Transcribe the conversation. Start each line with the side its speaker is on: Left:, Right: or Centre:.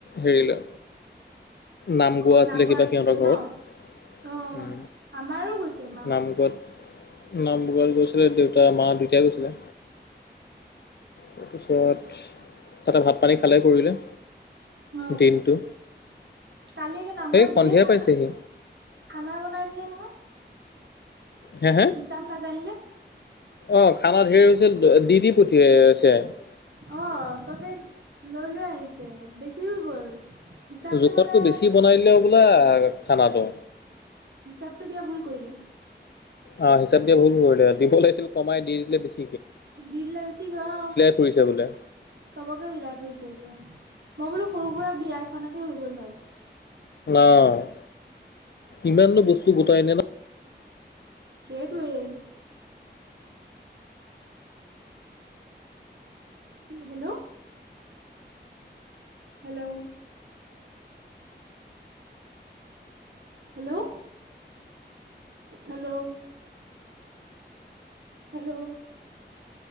Left: হেৰিলৈ। নাম
Right: অ
Left: গোৱা আছিলে কিবা
Right: আছিল
Left: সিহঁতৰ
Right: যে
Left: ঘৰত
Right: ন অ আমাৰো গৈছে মাহত
Left: নাম গত নাম গৰত গৈছিলে দেউতা মা দুটাই গৈছিলে তাৰপিছত, তাতে ভাত পানী খালে কৰিলে
Right: অ
Left: দিনটো
Right: কালি কি নামঘৰত
Left: এই সন্ধিয়া
Right: ধেৰ খানা,
Left: পাইছেহি
Right: খানা বনাই দিলে ন
Left: হে, হে,
Right: হিচাপ নাজানিলে
Left: অ', খানা ধেৰ হৈছিল দি দি প <unintelligible>
Right: অ', চবে লৈ লৈ আহিছে, বেছি হৈ গ'ল। হিচাপটো
Left: জোখতকৈ
Right: মানে
Left: বেছি বনাই দিলে হ'বলা খানাটো
Right: হিচাপটো দিয়া ভুল কৰিলে
Left: অ', হিচাপ দিয়া ভুল কৰিলে, দিব লাগিছিল কমাই দি দিলে বেছি
Right: দিদিলে বেছিকে অ'
Left: ফুৰিছে বোলে।
Right: চবকে বিলাই ফুৰিছে হ'বলা, মই বোলো সৰু সুৰা বিয়া এখনকে হৈ গ'ল হয়।
Left: অ', ইমাননো বস্তু গোটাই নে ন
Right: সেইটোৱেই hello hello hello, hello hello